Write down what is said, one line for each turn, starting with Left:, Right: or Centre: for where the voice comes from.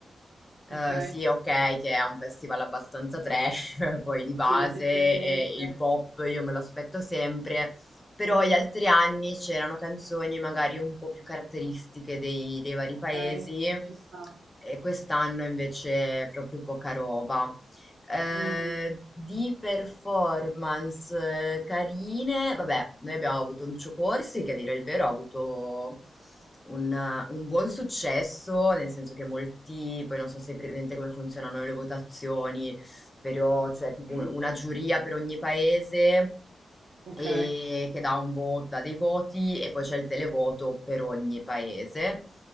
Left: Eh,
Right: ok,
Left: sì, ok, che è un festival abbastanza trash, <laughs> poi di base,
Right: sì, effettivamente.
Left: e il pop io me lo aspetto sempre, però
Right: Mhm,
Left: gli altri anni c'erano canzoni magari un po' più caratteristiche dei dei vari
Right: Ok,
Left: paesi.
Right: ci sta.
Left: E quest'anno invece proprio poca roba eh,
Right: Mm,
Left: di performance eh, carine, vabbè, noi abbiamo avuto Lucio Corsi, che a dire il vero ha avuto un, eh, un buon successo, nel senso che molti, poi non so se è presente come funzionano le votazioni, però c'è tipo
Right: mm,
Left: un- una giuria per ogni paese
Right: Ok,
Left: e che dà un voto, dà dei voti e poi c'è il televoto per ogni paese.